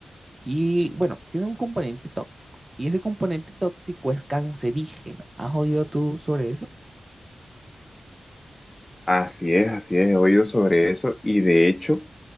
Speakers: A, on the right (about 20°); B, on the left (about 15°).
A: Y bueno, tiene un componente tóxico. Y ese componente tóxico es cancerígeno. ¿Has oído tú sobre eso?
B: Así es, así es, he oído sobre eso y de hecho